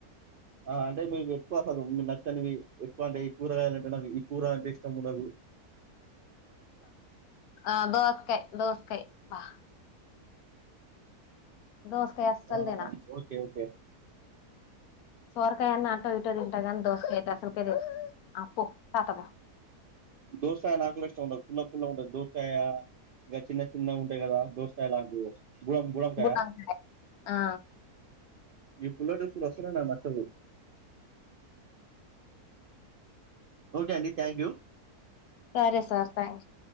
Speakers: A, on the right; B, on the left.
A: ఆ అంటే మీకు ఎక్కువ కదు, మీ నచ్చనివి ఎక్కువ అంటే ఈ కూరగాయాలంటే, నాకు ఈ కూర అంటే ఇష్టమునకు
B: అ దోస్కై దోస్కై బా దోసకయ్ అస్సల్
A: ఆహా!
B: తినా
A: ఓకే. ఓకే.
B: సోర్కాయన్నా అంట ఇటో తింటాగ ని అంత దోసక అయితే అసలుకద ఆప్ప తాత బ
A: దోసకాయ నాకుడా ఇష్టం ఉండదు. ఫుల్లగ్ ఫుల్లగ ఉంటదు దోసకాయ ఇంకా చిన్న చిన్న ఉంటాయి కదా దోసకాయ ఎలాంట్ ఇవే గుం గుళంకాయ
B: ఆ ఆ
A: ఈ పుల్ల దోసలు అసలే నాక్ నచ్చవు ఓకే అండి థ్యాంక్ యు
B: సరే సార్ థ్యాంక్ యూ